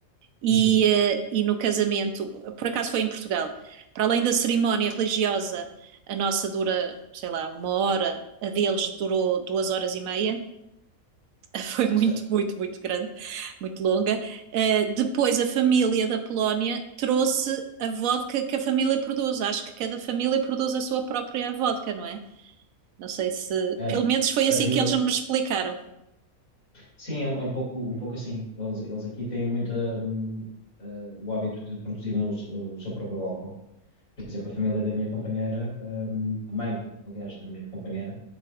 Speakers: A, on the right; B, on the left.
A: e,
B: uhum,
A: eh, e no casamento, por acaso foi em Portugal, para além da cerimónia religiosa, a nossa dura, sei lá, uma hora, a deles durou duas horas e meia, <laughs> foi muito,
B: certo.
A: muito, muito grande, muito longa. Uh, depois a família da Polónia trouxe a vodka que a família produz. Acho que cada família produz a sua própria vodka, não é? Não sei se.
B: Ahm,
A: Pelo menos foi
B: a
A: assim
B: família,
A: que eles me explicaram.
B: sim, é, um é um pouco, um pouco assim. Eles, eles aqui têm muita, hum, ah, o hábito de produzirem o, s- o seu próprio álcool. Por exemplo, a família da minha companheira, hum, a mãe, aliás, da minha companheira,